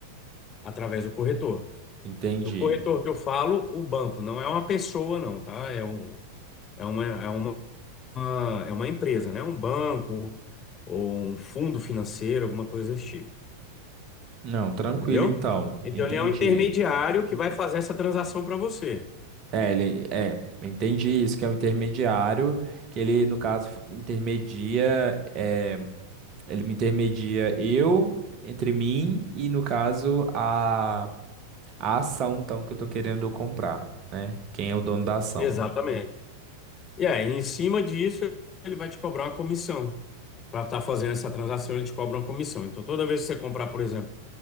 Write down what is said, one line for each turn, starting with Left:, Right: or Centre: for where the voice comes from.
Left: através do corretor.
Right: Entendi.
Left: Do corretor que eu falo, o banco, não é uma pessoa, não, tá? É um, é uma, é uma, uma- é uma empresa, né? Um banco ou um fundo financeiro, alguma coisa desse tipo,
Right: Não, tranquilo
Left: entendeu?
Right: então.
Left: Então,
Right: Entendi.
Left: ele é um intermediário que vai fazer essa transação para você.
Right: É, ele, é, entendi isso, que é um intermediário, que ele, no caso, f- intermedia, é, ele me intermedia eu entre mim e, no caso, a A ação, então, que eu tô querendo comprar, né? Quem é o dono da ação?
Left: Exatamente. E aí, em cima disso, ele vai te cobrar uma comissão. Para estar fazendo essa transação, ele te cobra uma comissão. Então, toda vez que você comprar, por exemplo,